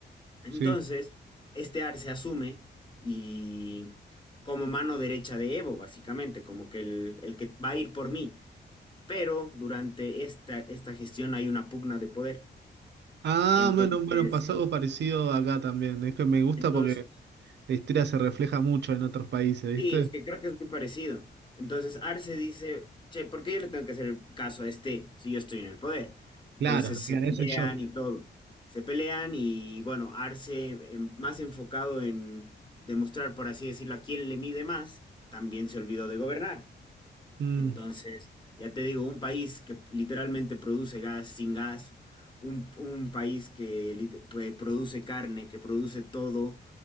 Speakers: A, on the left (about 25°); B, on the right (about 70°).
A: Entonces,
B: sí.
A: este AR se asume y como mano derecha de Evo, básicamente, como que el, el que va a ir por mí pero durante esta, esta gestión hay una pugna de poder.
B: Ah,
A: Entonces,
B: bueno, bueno, pasó algo parecido acá también. Es que me gusta
A: entonces,
B: porque la historia se refleja mucho en otros países, ¿viste?
A: sí, es que creo que es muy parecido. Entonces Arce dice, che, ¿por qué yo le tengo que hacer el caso a este si yo estoy en el poder? Entonces
B: Claro,
A: se
B: claro,
A: pelean
B: eso soy yo.
A: y todo. Se pelean y bueno, Arce em, más enfocado en demostrar, por así decirlo, a quién le mide más, también se olvidó de gobernar.
B: Mm,
A: Entonces, ya te digo, un país que literalmente produce gas sin gas, un, un país que lit- pues, produce carne, que produce todo